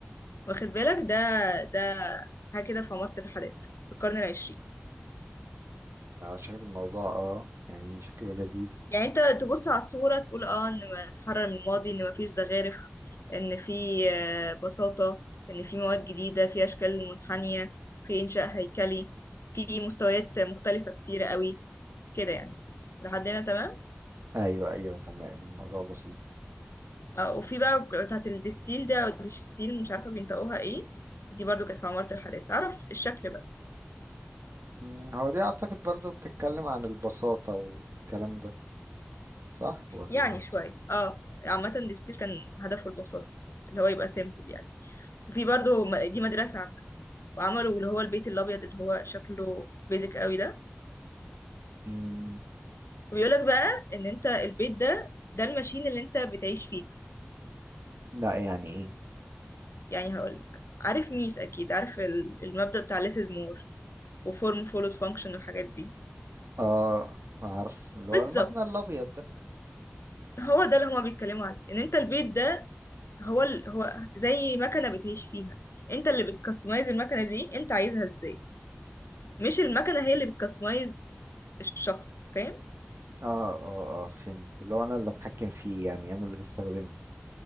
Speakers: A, on the left; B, on the right.
A: واخد بالك ده ده حاجة كده في عمارة الحداثة في القرن العشرين
B: آه، شكل الموضوع اه يعني شكله لذيذ
A: يعني انت تبص على الصورة تقول اه ان ما اتحرر من الماضي ان ما فيش زخارف ان في آه، بساطة ان في مواد جديدة في اشكال منحنية في انشاء هيكلي في مستويات مختلفة كتيرة قوي كده يعني لحد هنا تمام
B: ايوه ايوه تمام الموضوع بسيط
A: اه وفي بقى بتاعة الدستيل ده او الديشستيل مش عارفة بينطقوها ايه دي برضو كانت في عمارة الحداثة اعرف الشكل بس
B: مم، هو دي اعتقد برضو بتتكلم عن البساطة والكلام ده صح ولا
A: يعني شوية اه عامة الدستيل كان هدفه البساطة اللي هو يبقى سيمبل يعني وفي برضو م- دي مدرسة وعملوا اللي هو البيت الابيض اللي هو شكله بيزك قوي ده
B: مم.
A: وبيقولك بقى ان انت البيت ده ده الماشين اللي انت بتعيش فيها
B: لا يعني ايه
A: يعني هقولك عارف ميس اكيد عارف ال- المبدأ بتاع less is more وفورم follows function والحاجات دي
B: اه عارف اللي
A: بالظبط
B: هو المبنى الابيض ده
A: هو ده اللي هما بيتكلموا عليه ان انت البيت ده هو ال... هو زي مكنه بتعيش فيها انت اللي بتكستمايز المكنه دي انت عايزها ازاي مش المكنه هي اللي بتكستمايز الشخص فاهم
B: اه اه اه فهمت اللي هو انا اللي اتحكم فيه يعني انا اللي بستخدمه